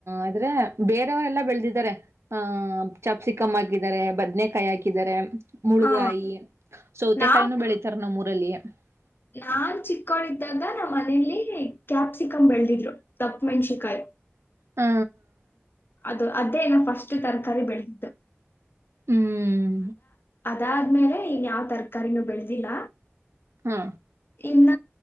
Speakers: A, on the right (about 75°); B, on the left (about 55°).
A: ಆದ್ರೆ ಬೇರೆಯವ್ ಎಲ್ಲ ಬೆಳೆದಿದ್ದಾರೆ ಆ ಚಪ್ ಸಿ- ಕ್ಯಾಪ್ಸಿಕಮ್ಮ ಹಾಕಿದರೆ. ಬದ್ನೆಕಾಯಿ ಹಾಕಿದರೆ ಮುಳ್ಗಾಯಿ,
B: ಹಾ
A: ಸೌತೆಕಾಯಿನ
B: ನಾವು
A: ಬೆಳಿತಾರ ನಮ್ಮ್ ಊರಲ್ಲಿ. ಬೆಲಿಯ <unintelligible>
B: ನಾನ್ ಚಿಕ್ಕೊಂಳ್ಳಿದ್ದಾಗ ನಮ್ಮನೆ ಕ್ಯಾಪ್ಸಿಕಮ್ ಬೆಳದಿದ್ರು ತಪ್ಪ ಮೆಣಸಿಕಾಯಿ.
A: ಹಾ,
B: ಅದು ಅದೇ ನಾನು ಫಸ್ಟ್ ತರಕಾರಿ ಬೆಳೆದು-
A: ಹ್ಮ್
B: ಅದಾದ್ಮೇಲೆ ಇನ್ ಯಾವ್ ತರಕಾರಿನೂ ಬೆಳೆದಿಲ್ಲ.
A: ಹಾ
B: ಇನ್ನ